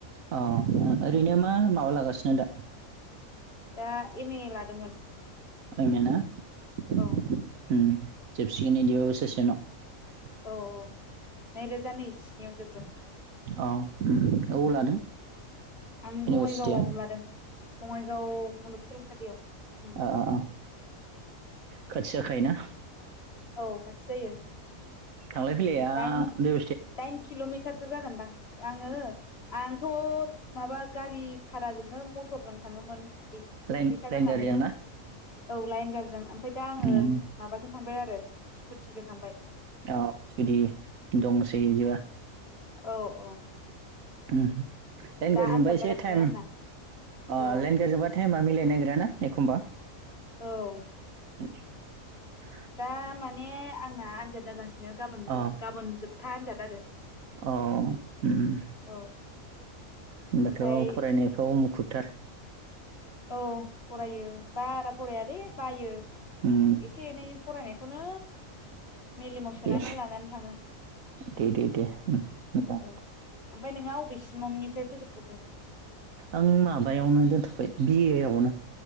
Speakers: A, on the right; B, on the left.
A: अ ओरैनो मा माबा लागासिनो दा
B: दा एम ए लादोंमोन।
A: ओइ मेना उम
B: औ
A: जेबसिखगोन बिदिबा बोसोरसे उनाव
B: औ औ नैरोजा नैजिस्निआव जोब-
A: औ उम उम औ लादों
B: आं
A: इउनिभारसिटिया
B: बङाइगावआव लादों बङाइगाव मुलुगसोलोंसालियाव। <inaudible>
A: ओ ओ खाथि जाखायो ना?
B: औ खाथि जायो।
A: थांलाय फैलाया
B: दाइन
A: बे
B: दाइन किल'मिटारसो जागोनदां आङो आंथ' माबा गारि भारा जोंनो मथरजों थाङोमोन फैसा
A: लाइन लाइन
B: गारनानै
A: गारिजों
B: औ
A: ना
B: लाइन गारजों ओमफ्राय दा आङो
A: उम
B: माबाजों थांबाय आरो स्कुटिजों थांबाय।
A: औ स्कटि दंसै बिदिबा
B: औ औ
A: लाइन
B: दा
A: गारजोंबा
B: आनजाद
A: एसे
B: जागासिनो
A: टाइम
B: आंना
A: अ
B: औ
A: लाइन गारजोंबा टाइमा मिलायनोनागिराना एखमबा
B: औ
A: <inaudible>
B: दा माने आंना आनजाद जागासिनो गाबोन
A: अ
B: गाबोन जोबथा आनजाद आरो।
A: अ उम-उम
B: औ
A: होनबाथ'
B: ओमफ्राय
A: फरायनायफ्राव मुखुबथार
B: औ फरायो बारा फरायालै बायो
A: उम
B: एसे एनै फरायनायखौनो मेलेमाव सोनानै
A: दे
B: लानानै थाङो
A: दे दे दे उम मोजां
B: ओमफाय नोंहा अबेसिमनिफ्राय फोजोबथ'खो
A: आं माबायावनो दोनथ'बाय बि ए आवनो